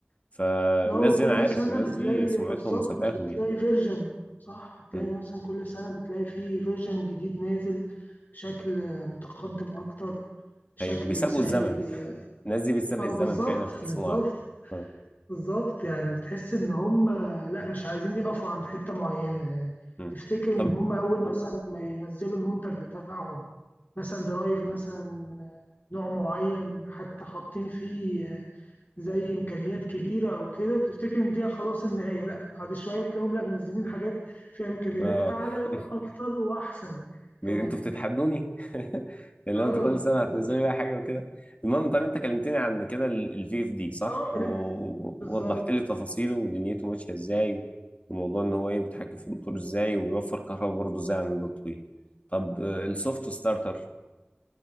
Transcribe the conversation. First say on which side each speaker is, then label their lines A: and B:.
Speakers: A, on the left; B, on the left.
A: فالناس
B: اه وكل
A: دي أنا عارف
B: سنه
A: الناس
B: بتلاقي
A: دي سمعتهم
B: بالظبط
A: سبقاهم
B: بتلاقي فيرجن صح بتلاقي
A: يعني
B: مثلا كل سنه بتلاقي فيه فيرجن جديد نازل بشكل متقدم اكتر بشكل
A: ايوه بيسابقوا
B: بيسهل
A: الزمن الناس دي بتسابق
B: اه
A: الزمن
B: بالظبط
A: فعلا في الصناعه
B: بالظبط
A: آه.
B: بالظبط يعني بتحس ان هم لا مش عايزين يقفوا عند حتة معينة يعني
A: مم.
B: تفتكر
A: طب
B: ان هم اول مثلا ما ينزلوا المنتج بتاعهم مثلا درايف مثلا آه، نوع معين حتى حاطين فيه آه، زي امكانيات كبيرة او كده بتفتكر ان دي خلاص النهاية لا بعد شوية تلاقيهم لا منزلين حاجات فيها امكانيات
A: آه.
B: اعلى واكتر
A: <laughs>
B: واحسن يعني كمان
A: بي- انتوا بتتحدوني <laughs> اللي
B: اه
A: هو انتوا كل سنه
B: بالظبط
A: هتنزلوا لي بقى حاجه وكده المهم طب انت كلمتني عن كده الفي اف دي صح
B: اه
A: ووضحت
B: ال- بالظبط
A: لي تفاصيله ودنيته ماشيه ازاي وموضوع ان هو ايه بيتحكم في الموتور ازاي وبيوفر كهرباء برضه ازاي على المدى الطويل طب آه، السوفت ستارتر